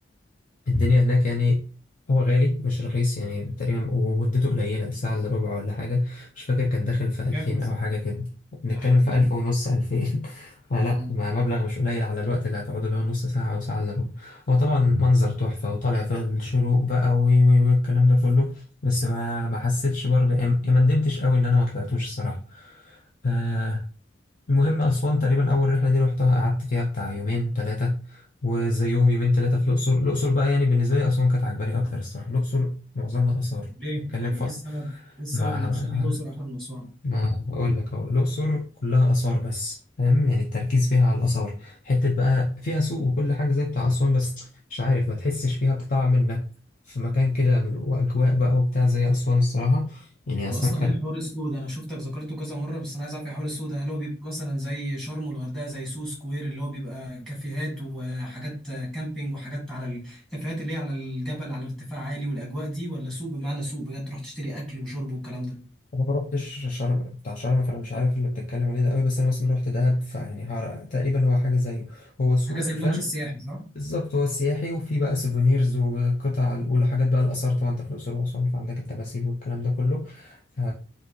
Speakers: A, on the left; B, in the centre.
A: الدنيا هناك يعني هو غالي مش رخيص يعني تقريبا ومدته قليلة ساعة إلا ربع ولا حاجة مش فاكر كان داخل في ألفين
B: كام مثلا
A: أو حاجة كده بنتكلم
B: يا حبيبي
A: في ألف ونص ألفين <laughs> فلا
B: آه.
A: ما مبلغ مش قليل على الوقت اللي هتقعده اللي هو نص ساعة أو ساعة إلا ربع هو طبعا منظر تحفة وطالع في الشروق بقى وي وي وي الكلام ده كله بس ما ما حسيتش برضه يعني ما ندمتش قوي إن أنا ما طلعتوش الصراحة آه، المهم أسوان تقريبا أول رحلة دي روحتها قعدت فيها بتاع يومين تلاتة وزيهم يومين تلاتة في الأقصر الأقصر بقى يعني بالنسبة لي أسوان كانت عجباني أكتر الصراحة الأقصر معظمها آثار
B: ليه
A: تتكلم
B: يعني
A: في
B: ايه السبب ايه السبب
A: ما
B: ان تخلي الاقصر احلى من اسوان
A: ما أقول لك أهو الأقصر كلها آثار بس فاهم يعني التركيز فيها على الآثار حتة بقى فيها سوق وكل حاجة زي بتاع أسوان بس مش عارف ما تحسش فيها بطعم إنك في مكان كده وأجواء بقى وبتاع زي أسوان الصراحة يعني أسوان
B: واصلا
A: كانت
B: ايه حوار السوق ده انا شفتك ذكرته كذا مره بس انا عايز اعرف ايه حوار السوق ده هل هو بيبقى مثلا زي شرم والغردقه زي سو سكوير اللي هو بيبقى كافيهات وحاجات كامبينج وحاجات على الكافيهات اللي هي على الجبل على ارتفاع عالي والاجواء دي ولا سوق بمعنى سوق بجد تروح تشتري اكل وشرب والكلام ده
A: انا ما روحتش شرم بتاع شرم فانا مش عارف اللي بتتكلم عليه ده قوي بس انا مثلا روحت دهب فيعني هعرق- تقريبا هو حاجه زيه هو سوق
B: حاجه زي الممشى
A: فاهم
B: السياحي صح
A: بالظبط هو سياحي وفي بقى سيفونيرز وقطع والحاجات بقى الاثار طبعا انت في الاقصر واسوان فعندك التماثيل والكلام ده كله ف